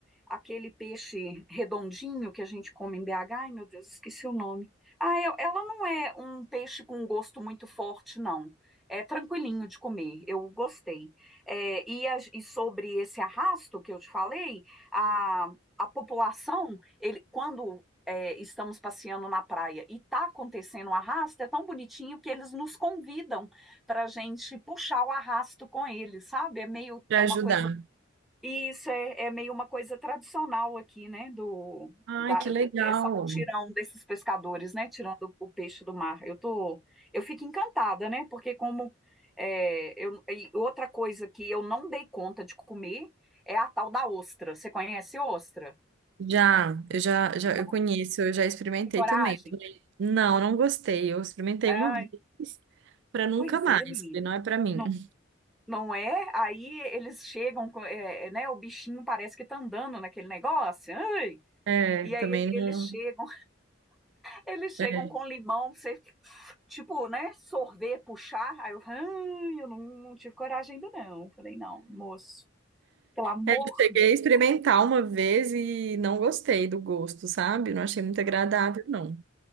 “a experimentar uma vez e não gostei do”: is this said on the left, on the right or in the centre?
Right